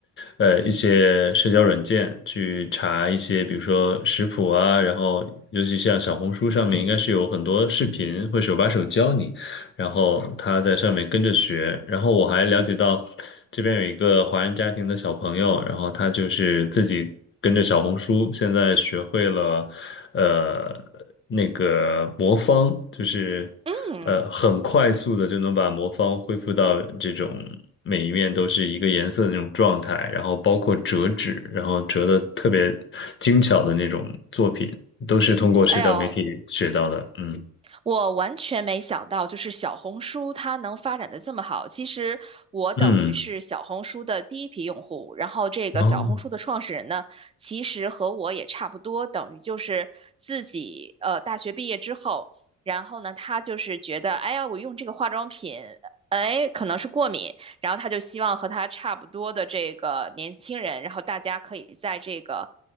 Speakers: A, on the left (about 40°); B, on the right (about 20°).
A: 呃，一些社交软件去查一些，比如说食谱啊，然后尤其像小红书上面应该是有很多视频会手把手教你。然后他在上面跟着学，然后我还了解到这边有一个华人家庭的小朋友，然后他就是自己跟着小红书，现在学会了呃那个魔方，就是
B: 嗯，
A: 呃很快速的就能把魔方恢复到这种每一面都是一个颜色的那种状态，然后包括折纸，然后折的特别精巧的那种作品，都是通过社交媒体学到的，
B: 哎呦，
A: 嗯
B: 我完全没想到，就是小红书它能发展的这么好。其实我等于是小红书的第一批用户，
A: 嗯。
B: 然后这个小红书的创始人呢，
A: 哦，
B: 其实和我也差不多，等于就是自己呃大学毕业之后，然后呢，他就是觉得，哎呀，我用这个化妆品。哎，可能是过敏，然后他就希望和他差不多的这个年轻人，然后大家可以在这个